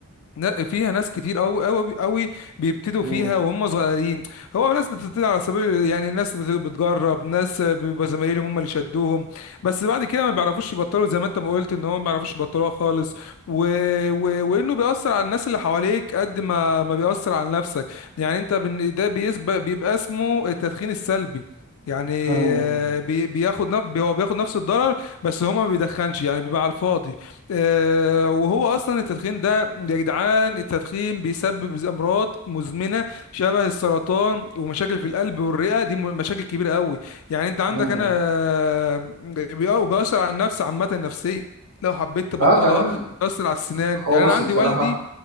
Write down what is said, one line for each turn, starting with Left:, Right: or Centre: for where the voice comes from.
Left: نا- فيها ناس كتير قوي قوي قوي بيبتدوا
Right: مم.
Left: فيها وهم صغيرين هو ناس بتبتدي على سبيل يعني ناس بت- بتجرب ناس بيبقى زمايلهم هم اللي شدوهم بس بعد كده ما بيعرفوش يبطلوا زي ما انت ما قلت ان هم ما بيعرفوش يبطلوها خالص و... و... وانه بيأثر على الناس اللي حواليك قد ما ما بيأثر على نفسك يعني انت بن... ده بيسبق بيبقى اسمه التدخين السلبي يعني
Right: مم.
Left: آه، بي... بياخد نف... هو بياخد نفس الضرر بس هو ما بيدخنش يعني بيبقى على الفاضي آه، وهو اصلا التدخين ده يا جدعان التدخين بيسبب امراض مزمنه شبه السرطان ومشاكل في القلب والرئه دي م- مشاكل كبيره قوي يعني انت عندك
Right: مم.
Left: انا آه، بي- بيأثر على النفس عامه النفسيه لو حبيت تبطلها
Right: اه كمان
Left: بيأثر على السنان
Right: هو
Left: يعني
Right: بص
Left: انا عندي
Right: بصراحة
Left: والدي